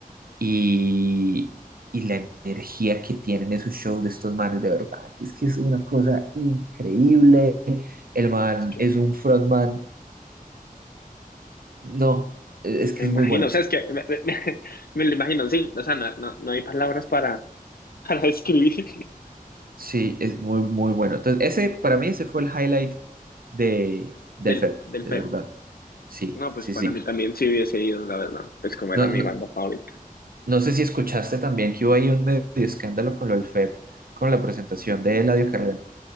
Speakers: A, on the right; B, on the left.
A: y, y la energía que tienen esos shows de estos manes, de verdad, que es que es una cosa increíble. El man
B: Es que
A: es un frontman, no, e, es que
B: me imagino,
A: es muy bueno.
B: o sea, es que me, me- me- <laughs> me lo imagino, sí, o sea, no, no, no hay palabras para, <laughs> para describir
A: Sí, es muy, muy bueno. Entonces, ese, para mí, ese fue el highlight de, del
B: del,
A: FEP,
B: del
A: de
B: Pep.
A: verdad. Sí,
B: No, pues
A: sí,
B: para
A: sí.
B: mí también sí hubiese ido, la verdad, pues como era
A: No,
B: mi
A: no,
B: banda favorita.
A: no sé si escuchaste también que hubo ahí un medio escándalo con lo del FEP, con la presentación de Eladio Carrión.